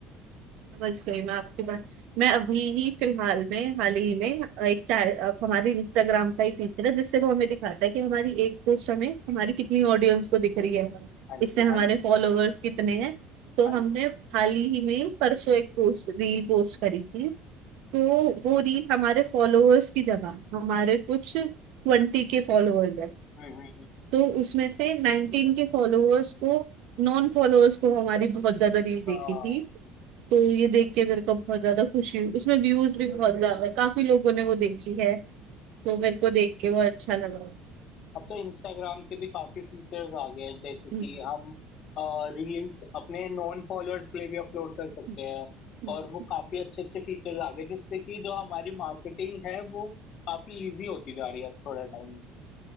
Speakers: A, on the right; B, on the left.
A: समझ गई मैं आपकी बात मैं अभी ही फिलहाल में हाल ही में एक चैट हमारे इंस्टाग्राम का ही फीचर है जिससे वो हमें दिखाता है कि हमारी एक पोस्ट हमें हमारी कितनी ऑडियंस को दिख रही है
B: हैं हाँ
A: इससे
B: जी
A: हमारे
B: हाँ जी
A: फॉलोअर्स कितने हैं तो
B: हाँ
A: हमने
B: जी
A: हाल ही में परसों एक पोस्ट रील पोस्ट करी थी तो वो रील हमारे फॉलोअर्स की जगह हमारे कुछ ट्वेंटी के फॉलोअर्स हैं
B: हम्म हम्म हम्म।
A: तो उसमें से नाइनटीन के फॉलोअर्स को नॉन फॉलोअर्स को हमारी बहुत ज्यादा रील देखी
B: हाँ,
A: थी तो ये देख के मेरे को बहुत ज्यादा खुशी हुई उसमें व्यूज भी बहुत ज्यादा है काफी
B: हम्म।
A: लोगों ने वो देखी है तो मेरे को देख के वो अच्छा लगा
B: अब तो इंस्टाग्राम के भी काफी फीचर्स आ गए हैं जैसे कि
A: हम्म,
B: हम रील्स अपने नॉन फॉलोअर्स के लिए भी अपलोड कर सकते
A: हम्म।
B: हैं
A: हम्म।
B: और वो काफी अच्छे अच्छे फीचर्स आ गए जिससे कि जो हमारी मार्केटिंग है वो काफी इजी होती जा रही है अब थोड़ा टाइम